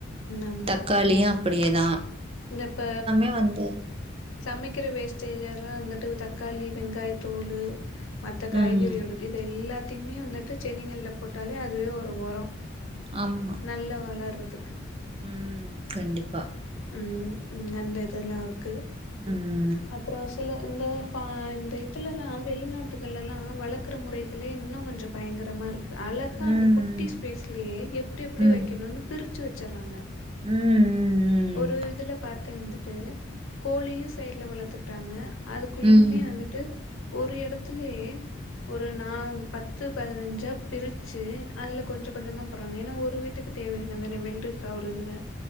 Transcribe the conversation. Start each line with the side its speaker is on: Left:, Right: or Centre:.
Left: ஆமா
Right: தக்காளியு அப்டியேதா
Left: இந்த இப்ப
Right: அ வந்து
Left: சமைக்கிற வேஸ்டேஜ் எல்லா வந்துட்டு தக்காளி வெங்காயத்தோலு மத்த காய்கறியோடது
Right: ம்
Left: இது எல்லாத்தையுமே வந்துட்டு செடிகள்ல போட்டாலே அதுவே ஒரு ஒரோ
Right: ஆமா
Left: நல்லா வளர்றதுக்கு
Right: ம் கண்டிப்பா
Left: ம் ம் அந்த இதெல்லா ருக்கு
Right: ம்
Left: அப்றோ சில இந்த ஃபா இந்த இதுலல்லா வெளிநாட்டுகள் ல்லா வளக் இருக்குற முறைகளே இன்னு கொஞ்சே பயங்கரமாக இருக் கு அழகா
Right: ம்
Left: அந்த குட்டி ஸ்பேஸ்லயே எப்டி எப்டி
Right: ம்
Left: வக்கணுனு பிரிச்சு வச்சுறாங்க
Right: ம் ம்
Left: ஒரு இதுல பாத்தே வந்துட்டு கோழியு சைடுல வளத்துக்கிறாங்க அதுக்குள்ளயுமே
Right: ம்
Left: வந்துட்டு ஒரு எடத்துலயே ஒரு நா பத் து பதினஞ்சா பிரிச்சு அதுல கொஞ்ச கொஞ்சமா அப்பறோங் ஏனா ஒரு வீட்டுக்கு தேவையான தான வெள்ரிக்கா ஒரு இதுல